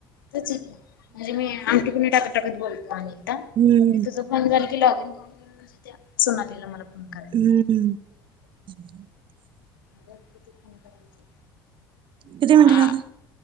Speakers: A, on the left (about 80°); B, on the right (about 50°).
A: येत नाय आरे मी आमटी फोडणी टाकत टाकत बोलतो अनेकदा म्हणजे
B: हम्म
A: तुझ फोन झाल की लॉगिन करून घे म्हणजे त्या सोनालीला मला फोन
B: रिकामा
A: करायला
B: ऑडिओ <unintelligible>
A: म किती फोन करायचेत?
B: किती मिनिट
A: आ
B: झाले